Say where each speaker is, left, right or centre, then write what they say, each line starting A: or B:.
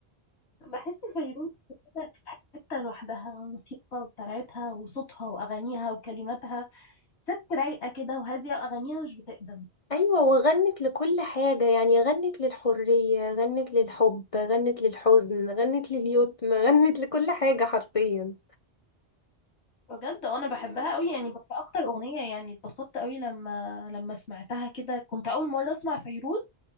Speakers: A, on the left; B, on the left.
A: بحس فيروز كده في حته لوحدها الموسيقى بتاعتها وصوتها واغانيها وكلماتها ست رايقه كده وهاديه واغانيها مش بتقدم
B: ايوه وغنت لكل حاجة يعني غنت للحرية غنت للحب غنت للحزن غنت لليتم <laughs> غنت لكل حاجة حرفيا
A: بجد آه، انا بحبها قوي يعني بس اكتر اغنيه يعني اتبسطت قوي لما لما سمعتها كده كنت اول مره اسمع فيروز